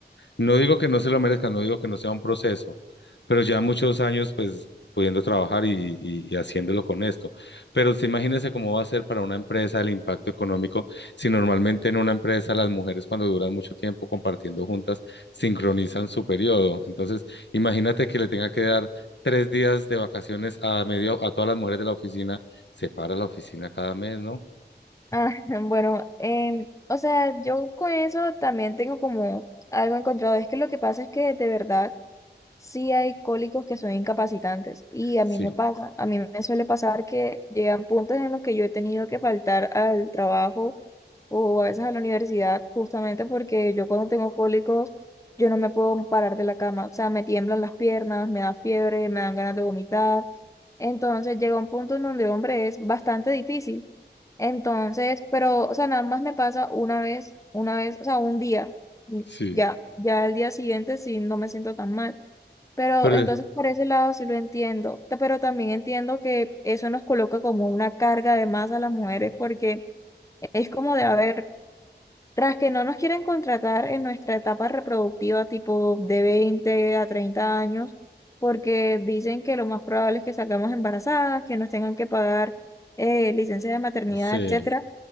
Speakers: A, on the left (about 80°); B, on the left (about 15°).
A: No digo que no se lo merezcan, no digo que no sea un proceso, pero ya muchos años pues pudiendo trabajar y, y- y haciéndolo con esto. Pero usted imagínese cómo va a ser para una empresa el impacto económico si normalmente en una empresa las mujeres cuando duran mucho tiempo compartiendo juntas sincronizan su periodo. Entonces, imagínate que le tenga que dar tres días de vacaciones a medio a todas las mujeres de la oficina, se para la oficina cada mes, ¿no?
B: Ah, <laughs> bueno, em, o sea, yo con eso también tengo como algo encontrado. Es que lo que pasa es que de verdad sí hay cólicos que son incapacitantes y a
A: Sí,
B: mí me pasa, a mí me suele pasar que llegan puntos en los que yo he tenido que faltar al trabajo o a veces a la universidad justamente porque yo cuando tengo cólicos yo no me puedo parar de la cama, o sea, me tiemblan las piernas, me da fiebre, me dan ganas de vomitar. Entonces llega un punto en donde, hombre, es bastante difícil. Entonces, pero, o sea, nada más me pasa una vez, una vez, o sea, un día,
A: sí.
B: ya, ya el día siguiente sí no me siento tan mal. Pero
A: Pero
B: entonces por ese lado sí lo entiendo, T- pero también entiendo que eso nos coloca como una carga de más a las mujeres porque es como de, a ver, tras que no nos quieren contratar en nuestra etapa reproductiva tipo de 20 a 30 años, porque dicen que lo más probable es que salgamos embarazadas, que nos tengan que pagar eh, licencia de maternidad,
A: sí.
B: etcétera.